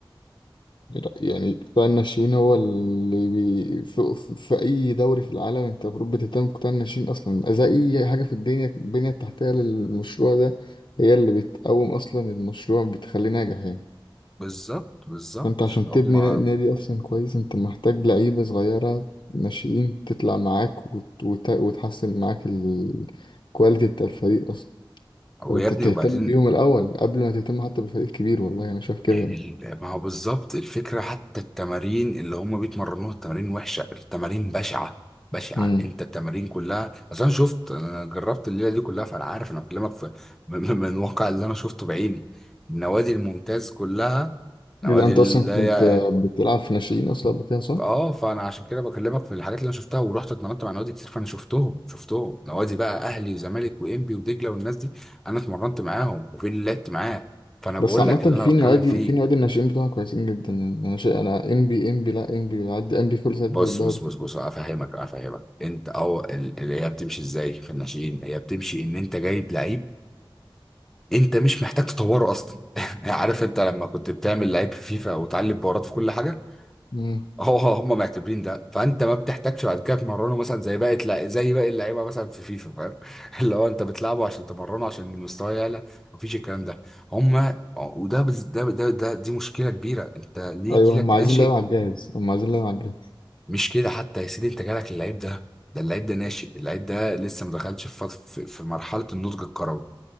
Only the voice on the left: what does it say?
لا، يعني قطاع الناشئين هو اللي بي في, في, في أي دوري في العالم أنت المفروض بتهتم بقطاع الناشئين أصلا زي أي حاجة في الدنيا البنية التحتية للمشروع ده هي اللي بتقوم أصلا المشروع بتخليه ناجح يعني
فأنت عشان
تبني نا- نادي أصلا كويس أنت محتاج لعيبة صغيرة ناشئين تطلع معاك وت... وت... وتحسن معاك الكواليتي بتاع الفريق أصلا
فأنت
بتهتم
بيهم الأول قبل ما تهتم حتى بفريق كبير والله أنا شايف كده
يعني
يبقى انت
اصلا
كنت بتلعب في ناشئين اصلا قبل كده صح؟
بس عامة
في
نوادي
في نوادي الناشئين بتوعها كويسين جدا يعني انا شيء انا ام بي ام بي لا ام بي بيعدي ام بي كل سنة
بياخد الدوري
تاني
مم.
ايوه
هم عايزين
لعيبة على الجاهز هم عايزين لعيبة على الجاهز